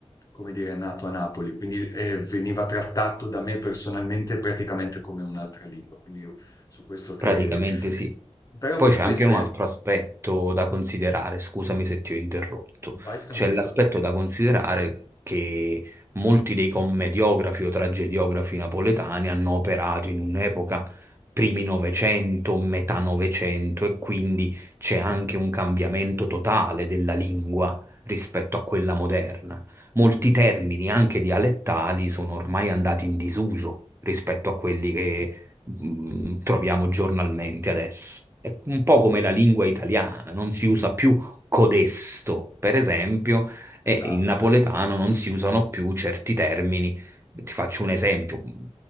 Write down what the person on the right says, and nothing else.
Praticamente sì.
Poi
c'è
anche un
altro aspetto da considerare, scusami se ti ho interrotto,
c'è l'aspetto da considerare che molti dei commediografi o tragediografi napoletani hanno operato in un'epoca primi Novecento, metà Novecento e quindi c'è anche un cambiamento totale della lingua rispetto a quella moderna. Molti
termini, anche dialettali, sono ormai andati in disuso rispetto a quelli che mh, troviamo giornalmente adesso. È un po'
come la lingua italiana, non si usa più codesto, per esempio, e
in napoletano non si usano più certi termini. Ti faccio un esempio mm,